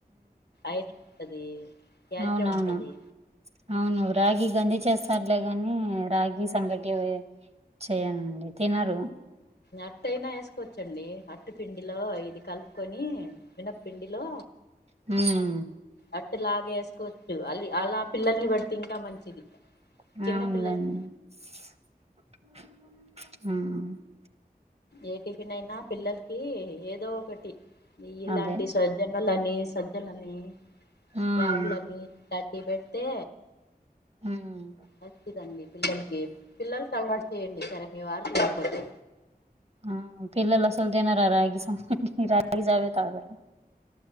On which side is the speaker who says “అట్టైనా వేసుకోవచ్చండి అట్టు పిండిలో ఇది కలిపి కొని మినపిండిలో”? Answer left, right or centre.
Left